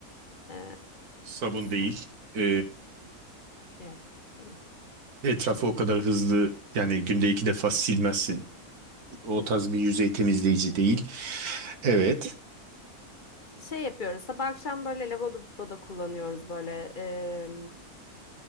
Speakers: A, on the left; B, on the right.
A: E,
B: Sabun değil.
A: son-
B: Ee,
A: yok değil.
B: etrafı o kadar hızlı yani günde iki defa silmezsin. O
A: Hı.
B: tarz bir yüzey temizleyici değil. Evet.
A: Şey yapıyoruz sabah akşam böyle lavaboda kullanıyoruz böyle. E,